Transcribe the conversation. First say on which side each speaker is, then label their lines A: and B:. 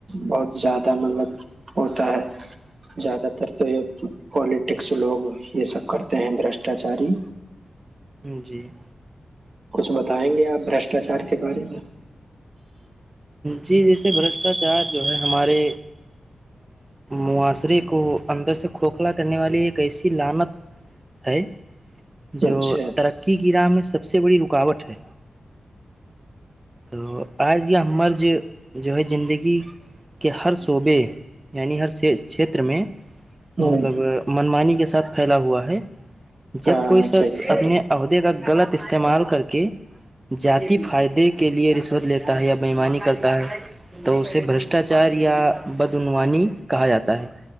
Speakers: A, on the right; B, on the right.
A: بہت زیادہ مطلب ہوتا ہے زیادہ تر تو پالٹکس لوگ یہ سب کرتے ہیں برشٹاچاری
B: جی
A: کچھ بتائیں گے آپ برشٹاچار کے بارے میں
B: جی جیسے برشٹاچار جو ہے ہمارے معاشرے کو اندر سے کھوکھلا کرنے والی ایک ایسی لنت ہے جو
A: اچھا
B: ترقی کی راہ میں سب سے بڑی رکاوٹ ہے تو آج یہ ہمر جو جو ہے زندگی کہ ہر صعبے یعنی ہر چھیتر میں مطلب
A: ہ
B: منمانی کے ساتھ پھیلا ہوا ہے جب
A: ہاں
B: کوئی شخص
A: صحیح کر
B: اپنے کا غلط استعمال کر کے جذاتی فائدے کے کے لیے رشوت لیتا ہے یا بےمانی کرتا ہے تو اسے برشٹاچار یا بدعنوانی کہا جاتا ہے